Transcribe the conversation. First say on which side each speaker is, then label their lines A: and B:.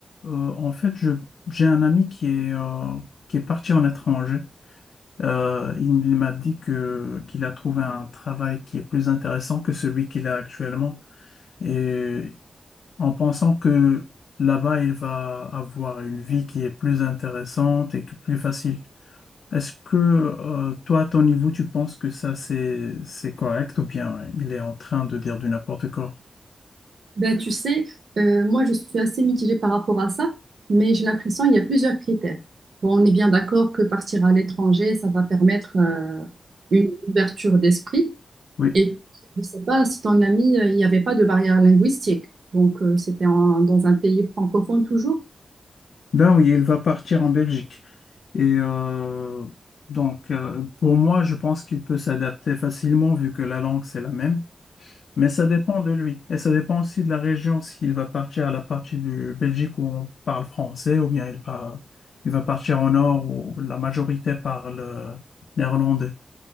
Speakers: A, on the left; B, on the right.
A: Euh, en fait, je, j'ai un ami qui est, euh, qui est parti en étranger. Euh, il m'a dit que, qu'il a trouvé un travail qui est plus intéressant que celui qu'il a actuellement. Et en pensant que là-bas, il va avoir une vie qui est plus intéressante et que plus facile. Est-ce que, euh, toi, à ton niveau, tu penses que ça, c'est, c'est correct ou bien il est en train de dire du n'importe quoi?
B: Ben, tu sais, euh, moi, je suis assez mitigée par rapport à ça, mais j'ai l'impression qu'il y a plusieurs critères. Bon, on est bien d'accord que partir à l'étranger, ça va permettre euh, une ouverture d'esprit.
A: Oui.
B: Et puis, je ne sais pas si ton ami, euh, il n'y avait pas de barrière linguistique. Donc, euh, c'était en- dans un pays francophone toujours.
A: Ben oui, il va partir en Belgique. Et euh, donc, euh, pour moi, je pense qu'il peut s'adapter facilement vu que la langue, c'est la même. Mais ça dépend de lui. Et ça dépend aussi de la région, s'il va partir à la partie du Belgique où on parle français, ou bien il, par- il va partir au nord où la majorité parle euh, néerlandais.